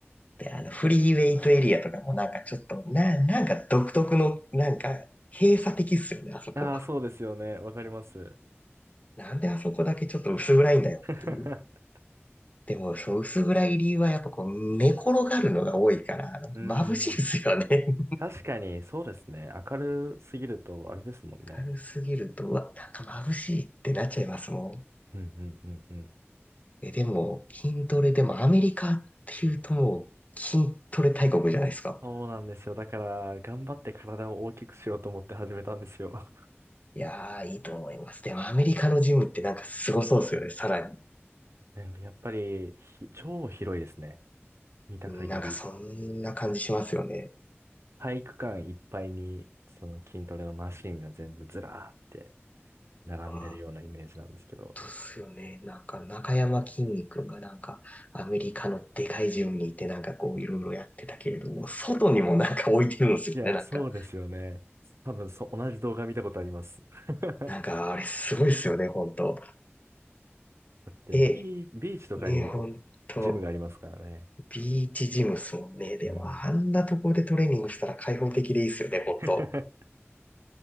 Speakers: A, on the left (about 30°); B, on the right (about 70°).
A: で、あの、フリーウェイトエリアとかもなんかちょっと、な、なんか独特の、なんか閉鎖的っすよね、あそこ。
B: ああ、そうですよね。わかります。
A: なんであそこだけちょっと薄暗いんだよっていう。
B: <laughs>
A: でも、そう、薄暗い理由はやっぱこう、寝転がるのが多いから、あの眩しいっすよね。
B: うーん。確かに、そうですね。明るすぎると、あれですもんね。
A: <laughs> 軽すぎると、うわ、なんか眩しいってなっちゃいますもん。
B: うんうんうんうん。
A: え、でも、筋トレでもアメリカっていうともう、筋トレ大国じゃないですか。
B: そうなんですよ。だから、頑張って体を大きくしようと思って始めたんですよ。<laughs>
A: いやー、いいと思います。でもアメリカのジムってなんかすごそうですよね、さらに。
B: なんかやっぱり、ひ超広いですね。見た限り。
A: なんかそんな感じしますよね。
B: 体育館いっぱいに、その筋トレのマシンが全部ずらーって並んでるようなイメージなんですけど。
A: 本当っすよね。なんか中山きんに君がなんかアメリカのでかいジムにいてなんかこういろいろやってたけれども、外にもなんか置いてるんですよね、
B: いや、
A: なんか。
B: そうですよね。多分そう、同じ動画見たことあります。<laughs>
A: なんかあれすごいですよね、本当。
B: だってビー、
A: え、
B: ビーチとかにおジムがありますからね。
A: ね、本当。ビーチジムっすもんね。でもあんなところでトレーニングしたら開放的でいいっすよね、
B: うん。
A: 本当。
B: <laughs>